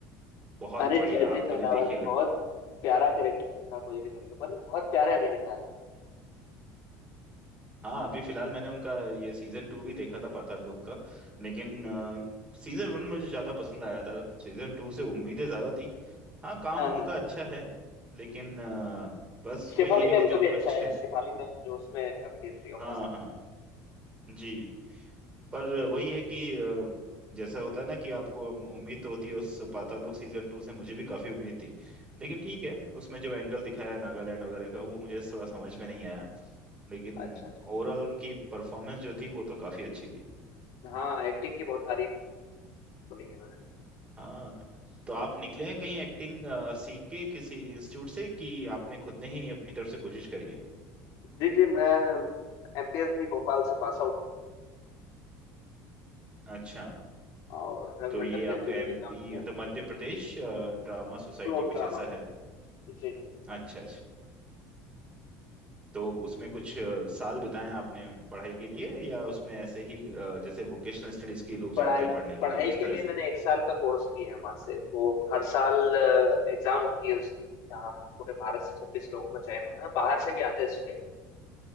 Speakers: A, on the right; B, on the left.
A: बहुत
B: अरे
A: बढ़िया
B: जय जय
A: आप
B: पहलावत
A: कभी देखिएगा
B: बहुत प्यारा कैरेक्टर करता है कोई भी करेगा मतलब बहुत प्यारे अभिनेता है
A: हाँ अभी फिलहाल मैंने उनका ये सीजन टू भी देखा था पाताल लोक का लेकिन सीजन वन मुझे ज्यादा पसंद आया था सीजन टू से उम्मीदें ज्यादा थी हाँ काम
B: हाँ
A: उनका
B: हाँ।
A: अच्छा है लेकिन अ, बस
B: शेफाली
A: वही है कि
B: मैम
A: जो
B: का
A: कुछ
B: भी अच्छा है शेफाली मैम जो उसमें करती है थ्री
A: हाँ
B: ऑफ अस में
A: हाँ जी पर वही है कि अ, जैसा होता है ना कि आपको हम- उम्मीद तो होती है उस पाताल लोक सीजन टू से मुझे भी काफी उम्मीद थी लेकिन ठीक है उसमें जो एंगल दिखाया है नागालैंड वगैरह का वो मुझे थोड़ा समझ में नहीं आया लेकिन
B: अच्छा अच्छा
A: ओवरऑल उनकी परफॉर्मेंस जो थी वो तो काफी अच्छी थी
B: हाँ एक्टिंग की बहुत तारीफ सुनी है मैंने
A: हाँ तो आप निकले हैं कहीं एक्टिंग सीख के किसी इंस्टीट्यूट से कि आपने खुद ने ही अपनी तरफ से कोशिश करी है
B: जी जी मैं एमपीएस भी भोपाल से पास आउट
A: अच्छा
B: हूँ और रंगमंडल
A: तो ये आपका
B: दिल्ली
A: एमपी
B: में भी काम किया
A: मतलब
B: है
A: मध्य प्रदेश ड्रामा सोसाइटी
B: School of
A: कुछ
B: drama
A: ऐसा है
B: जी जी जी
A: अच्छा अच्छा तो उसमें कुछ अ, साल बिताए आपने पढ़ाई के लिए या उसमें ऐसे ही अ, जैसे वोकेशनल स्टडीज के लोग जाते
B: पढ़ाई
A: हैं पढ़ने के
B: पढ़ाई
A: लिए उस
B: के
A: तरह
B: लिए
A: से
B: मैंने एक साल का कोर्स किया है वहां से वो हर साल एग्जाम होती है उसकी जहाँ पूरे भारत से छब्बीस लोगों का चयन होता है बाहर से भी आते हैं स्टूडेंट